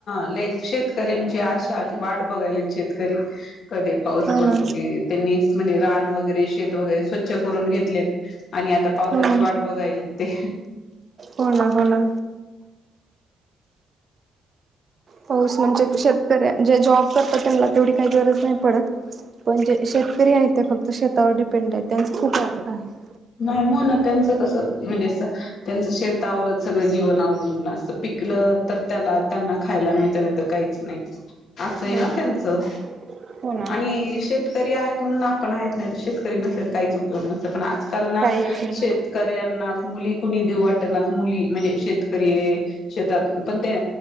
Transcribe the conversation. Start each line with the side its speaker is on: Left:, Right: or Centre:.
Left: लई पेरणीची आशा वाट बघायलेत शेतकरी कधी पाऊस
Right: हो
Left: पडतो
Right: ना
Left: की त्यांनीच म्हणजे रान वगैरे शेत वगैरे स्वच्छ करून घेतलेत आणि आता पावसाची
Right: हो
Left: वाट बघायलेत ते
Right: हो ना हो ना पाऊस म्हणजे शेतकऱ्या जे जॉब करतात त्यांना तेवढी काही गरज नाही पडत पण जे शेतकरी आहेत ते फक्त शेतावर डिपेंड आहेत त्यांच खूप अवघड आहे
Left: नाही हो ना त्यांच कसं म्हणजे असं त्यांचं शेतावरच सगळं जीवन अवलंबून असतं पिकलं तर त्याला त्यांना खायला मिळत नाही तर नाही असयं
Right: नाही
Left: ना त्यांचं
Right: हो ना
Left: आणि शेतकरी आहेत म्हणून आपण आहेत नाही तर शेतकरी नसलेत काहीच उपयोग नसत पण आज त्यांना
Right: काही येत नाही.
Left: शेतकऱ्यांना मुली कुणी देऊ वाटनात मुली म्हणजे शेतकरीए शेतात पण ते